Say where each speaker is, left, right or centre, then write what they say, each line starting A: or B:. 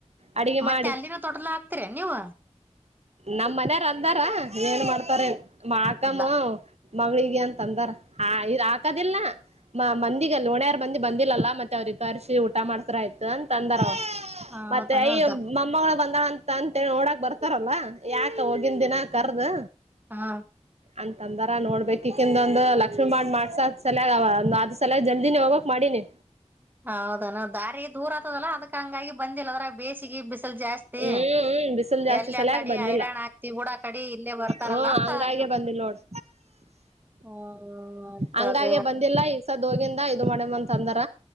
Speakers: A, on the right (about 65°); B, on the right (about 15°).
A: ಅಡುಗೆ
B: ಮತ್ತೆ
A: ಮಾಡಿ
B: ಅಲ್ಲಿನ ತೊಟ್ಲ ಹಾಕ್ತಿರಿ ನೀವು
A: ನಮ್ಮನೆಗೆ ಅಂದಾರ ಏನ್ ಮಾಡ್ತಾರ ಮಾ ಅಕಮ್ಮ
B: ದ
A: ಮಗಳಿಗೆ ಅಂತ ಅಂದಾರ ಹಾ ಇ್ ಹಾಕದಿಲ್ಲ ಮ ಮಂದಿಿಗೆ ಅಲ್ಲ ಓಣೆಯಾರ್ ಮಂದಿ ಬಂದಿಲ್ಲಲ್ಲಾ ಮತ್ತೆ ಅವ್ರಿಗೆ ಕರ್ಸಿ ಊಟ ಮಾಡ್ತಾರ ಆಯ್ತು ಅಂತ ಅಂದಾರ
B: ಹೌದನದ
A: ಮತ್ತೆ ಅಯ ಮೊಮ್ಮಗಳು ಬಂದ ಲ್ಲಾ ಅಂತ ಅಂತೇಳಿ ನೋಡಕಾಂತಾ ಬರ್ತಾರಲ್ಲ ಯಾಕ ಹೋಗಿನ ದಿನ ಕರ್ದು
B: ಹ
A: ಅಂತಂದಾರ ನೋಡ್ಬೇಕಕಿಂದ ಒಂದು ಲಕ್ಷ್ಮಿ ಮಾಡ್ ಮಾಡ್ಸ ಅ್ ಸಲಯ ಅ ಆದ್ ಸಲ ಜಲ್ದಿನ ಹೋಗಕ್ ಮಾಡೀಿನಿ
B: ಹೌದಾನ ದಾರಿಿಗೆ ದೂರ ಆತದಲ್ಲಾ ಅದಕ್ಕ ಹಂಗಾಗಿ ಬಂದಿಲ್ಲ ಅದ್ರ ಬೇಸಿಗೆ ಬಿಸಿಲು ಜಾಸ್ತಿ
A: ಹ್ಮ್ ಹ್ಮ್ ಬಿಸಿಲು ಜಾಸ್ತಿ
B: ಎಲ್ಲ
A: ಸಲಯಾಗ
B: ಕಡೆ
A: ಬಂದಿಲ್ಲ
B: ಹಐರಾಣ್ ಹಾಕ್ತಿವಿ ಕೂಡ ಕಡೆ ಇಲ್ಲೇ ಬರ್ತಾರಲ್ಲ
A: ಹ್ಮ
B: ಅಂತ
A: ಹಂಗಾಗೆ
B: ಅ
A: ಬಂದಿಲ್ಲ ನೋಡ್
B: ಹ್ಮ
A: ಹಂಗಾಗೆ
B: ತಗ
A: ಬಂದಿಲ್ಲ ಈಸದ ಹೋಗಿಂದ ಇದು ಮಾಡಂತ ಅಂದರ